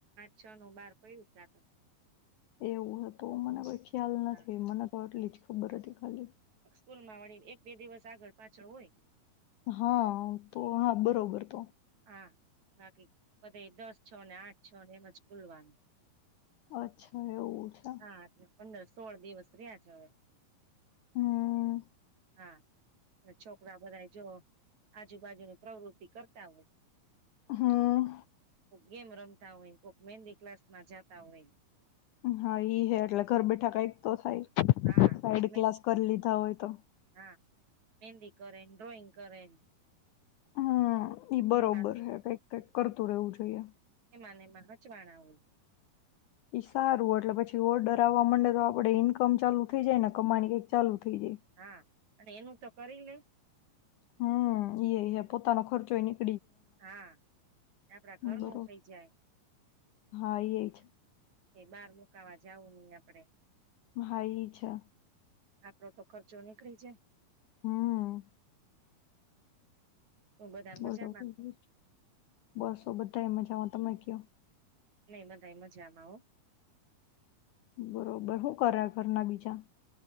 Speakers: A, on the right (about 50°); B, on the left (about 80°).
A: છનું બહાર પડ્યું આ તો.
B: એવું હતું મને વચ ખ્યાલ નથી
A: હા,
B: મને તો અટલી. ખબર હતી ખાલી.
A: સ્કૂલ માં વળી એક બે દિવસ આગળ પાછળ હોય.
B: હા તો આ બરોબર તો.
A: હા બાકી બધાંય દસ છ ને આઠ છ ને એમ જ ખુલવાનું.
B: અચ્છા એવું છે.
A: હા એટલે પંદર સોળ દિવસ રહ્યા છે હવે.
B: હમ્મ.
A: હા છોકરા બધા જો આજુબાજુની પ્રવૃત્તિ કરતા હોય.
B: હમ.
A: કોક ગેમ રમતા હોય કોક મેંદી ક્લાસમાં જાતા હોય.
B: હા ઈ હ એટલે ઘર બેઠા કઈક તો થાય
A: હા
B: સાઈડ
A: કોક મહેંદી
B: ક્લાસ કરી લીધા હોય તો.
A: હા મેહેંદી કરે ડ્રોઈંગ કરે.
B: હમ બરોબર
A: એમાં
B: હ. કઈક કરતું રહેવું જોઈએ.
A: માનેમાંચવાણાવું.
B: ઈ સારું એટલે પછી ઓર્ડર આવવા માંડે તો આપડે ઈન્કમ ચાલુ થઈ જાયને કમાની કઈક ચાલુ થઈ જાય
A: હા અને એનું તો કરી લે.
B: હમ ઈ પોતાનો ખર્ચો એની
A: હા આપડા ઘરનું
B: બરોબર
A: થઇ જાય.
B: હા એ જ.
A: એ બહાર મુકાવા જવું નહી આપડે.
B: ભાઈ છે.
A: આપડો તો ખર્ચો નીકળી જાય.
B: હમ.
A: તો બધા
B: બોલો
A: મજામાં
B: બોલો. બસ હો બધા એ મજામાં. તમે ક્યો.
A: નહી બધાય મજામાં હો.
B: બરોબર શું કરે ઘરના બીજા?